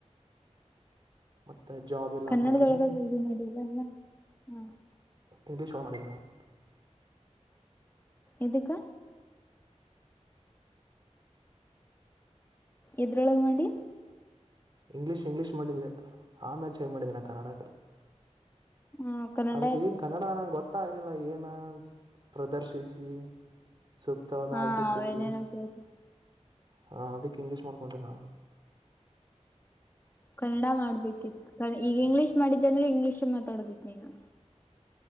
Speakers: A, on the right (about 40°); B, on the left (about 15°).
A: ಮತ್ತೆ ಜಾಬ್ ಎಲ್ಲಾ
B: ಕನ್ನಡದೊಳಗ
A: ಅಂತ ಹಾಕಿನಿ
B: ಇದು ಮಾಡಿಲ್ಲ ಅಲ್ಲ ಹಾ
A: ಇಂಗ್ಲಿ ಶೋ ಮಾಡಿದ್ದ ನಾವು
B: ಎದುಕ್ಕ ಎದ್ರೊಳಗಾಮಂಡಿ
A: ಇಂಗ್ಲಿಷ್ ಇಂಗ್ಲೀಷ್ ಮಾಡಿದ್ದೆ ಆ ಮ್ಯಾಚ್ ಹೇ ಮಾಡಿದ್ದ ನಾ ಕನ್ನಡಕ
B: ಹಾ ಕನ್ನಡ
A: ಅದಕ್ಕೆ ನ್ ಕನ್ನಡ ನಂಗೆ ಗೊತ್ತಾಗಲಿಲ್ಲ ಏನ ಪ್ರದರ್ಶಿಸಿ ಸುಕ್ತ ಹಲ್ಲ
B: ಹಾ
A: ಆಗ
B: ಅವೇನೇನೋ
A: ತುಮ ಭ
B: ಕೇಳ್ತ
A: ಹ ಅದಕ್ ಇಂಗ್ಲಿಷ್ ಮಕ್ಕೊಂಡಿಟೆಲ್ಲ
B: ಕನ್ನಡ ಮಾಡ್ಬೇಕಿತ್ತು ಈಗ ಇಂಗ್ಲೀಷ್ ಮಾಡಿದ್ದೆ ಅಂದ್ರೆ ಇಂಗ್ಲೀಷ್ ಮಾತಾಡೋದಿತ್ತು ನೀನು